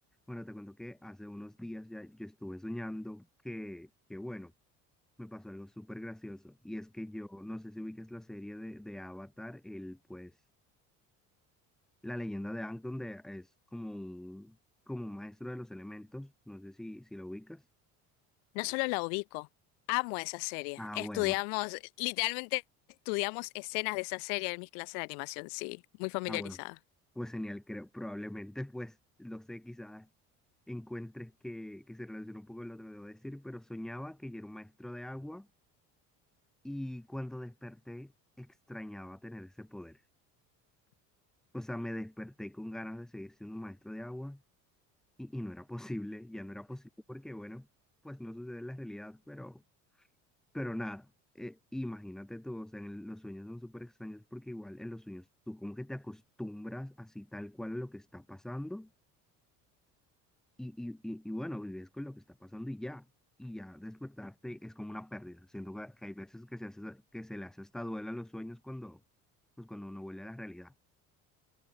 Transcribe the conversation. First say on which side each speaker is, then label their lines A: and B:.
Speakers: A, in the centre; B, on the left (about 70°).
A: bueno, te cuento que hace unos días ya yo estuve soñando que, que bueno, me pasó algo súper gracioso. Y es que yo, no sé si ubicas la serie de, de Avatar, el pues, la leyenda de Aang, donde es como un, como un maestro de los elementos. No sé si, si lo ubicas.
B: No solo la ubico, amo esa serie.
A: Ah,
B: Estudiamos,
A: bueno,
B: literalmente estudiamos escenas de esa serie en mis clases de animación, sí, muy familiarizada.
A: ah, bueno. Pues genial, creo, probablemente, pues, lo sé, quizás encuentres que, que se relaciona un poco con lo que debo decir, pero soñaba que yo era un maestro de agua Y cuando desperté, extrañaba tener ese poder. O sea, me desperté con ganas de seguir siendo un maestro de agua y, y no era posible, ya no era posible porque, bueno, pues no sucede en la realidad, pero, pero nada, eh, imagínate tú, o sea, en el- los sueños son súper extraños porque igual en los sueños tú como que te acostumbras así tal cual a lo que está pasando Y, y, y, y bueno, vives con lo que está pasando y ya. Y ya despertarte es como una pérdida. Siento que que hay veces que se hace, que se le hace hasta duela a los sueños cuando, pues cuando uno vuelve a la realidad.